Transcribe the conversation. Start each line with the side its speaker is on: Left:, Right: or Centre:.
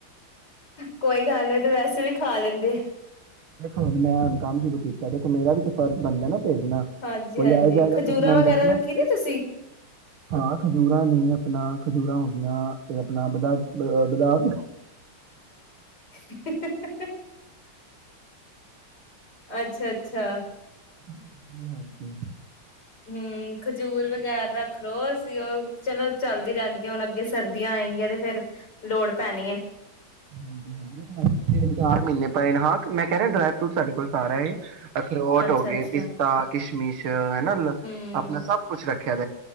Left: ਕੋਈ ਗੱਲ ਨੀ ਓ ਤੇ ਵੈਸੇ ਵੀ ਖਾ ਲੈਂਦੇ।
Right: ਦੇਖੋ, ਹੁਣ ਮੈਂ ਹੁਣ ਕੰਮ ਸ਼ੁਰੂ ਕੀਤਾ ਦੇਖੋ ਮੇਰਾ ਵੀ ਤੇ ਫਰਜ਼ ਬਣਦਾ ਨਾ। ਭੇਜਣਾ,
Left: ਹਾਂਜੀ
Right: ਕੋਈ
Left: ਹਾਂਜੀ
Right: ਆਏ ਜਾਏਗਾ
Left: ਖਜੂਰਾਂ
Right: ਤੇ ਤੁਸੀ ਮੈਨੁੰ
Left: ਵਗੈਰਾ
Right: ਦਸਨਾ,
Left: ਰੱਖੀ ਨੇ ਤੁਸੀਂ
Right: ਹਾਂ ਖਜੂਰਾ ਨੇ ਅਪਨਾ ਖਜੂਰਾ ਹੂਨਦਿਆ। ਤੇ ਆਪਣਾ ਬਦਾਮ
Left: ਹੇ-ਹੇ ਅੱਛਾ-ਅੱਛਾ।
Right: <inaudible>
Left: ਹੂੰ ਖਜੂਰ ਵਗੈਰਾ ਰੱਖ ਲੋ ਅਸੀਂ ਓ ਚਲੋ ਚਲਦੀ ਰਹਿੰਦੀ ਹੁਣ ਅੱਗੇ ਸਰਦੀ ਆਏਗੀਆਂ ਤੇ ਫੇਰ ਲੋੜ ਪੈਣੀ ਐ।
Right: ਹਾਂਜੀ-ਹਾਂਜੀ ਤਿੰਨ ਚਾਰ ਮਹੀਨੇ ਪਏ ਨੇ ਹਾਂ ਮੈਂ ਕਹਿ ਰਿਹਾ ਡਰਾਈ ਫਰੂਟ ਸਾਡੇ ਕੋਲ ਸਾਰਾ ਏ ਅਖਰੋਟ
Left: ਅੱਛਾ-ਅੱਛਾ
Right: ਹੋ ਗੇ ਪਿਸਤਾ ਕਿਸ਼ਮਿਸ਼ ਆਪਣਾ
Left: ਹੂੰ
Right: ਸਭ ਕੁਛ ਰੱਖ <unintelligible>